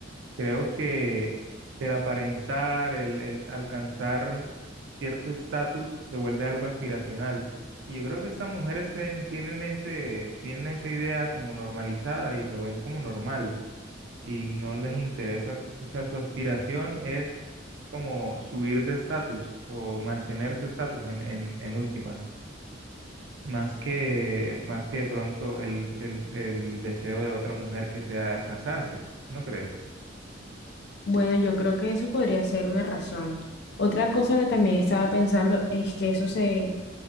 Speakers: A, on the right; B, on the left.
A: creo que el aparentar, el, el alcanzar cierto estatus se vuelve algo aspiracional. Y yo creo que estas mujeres ten- tienen ese, tienen esa idea como normalizada y lo ven como normal y no les interesa, o sea, su aspiración es como subir de estatus o mantener su estatus en, en, en últimas. Más que, más que de pronto el, el, el deseo de otra mujer que sea casarse, ¿no crees?
B: bueno, yo creo que eso podría ser una razón. Otra cosa que también estaba pensando es que eso se,